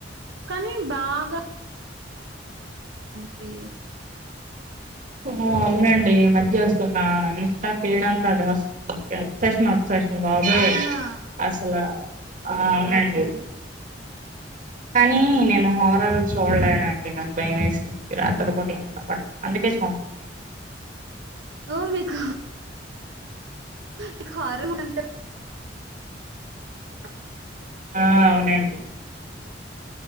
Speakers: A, on the right; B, on the right.
A: కానీ బాగా కె
B: ఓ అవునండి ఈ మధ్య వస్తున్నా ఇంత పీడంద అది వస్తు అప్సషన్ అప్సషన్ బాబాయ
A: అవునా
B: అసలు ఆ అవునండి
A: ఓకే
B: కానీ నేను హోరాలు చూడలేనండి నాకు భయ వేసింది రాత్రి రూపాట్ల ఎ పట్ట అందుకే అవుడి
A: ఓ మీకు మీకు హారంట అ
B: ఆ అవునండి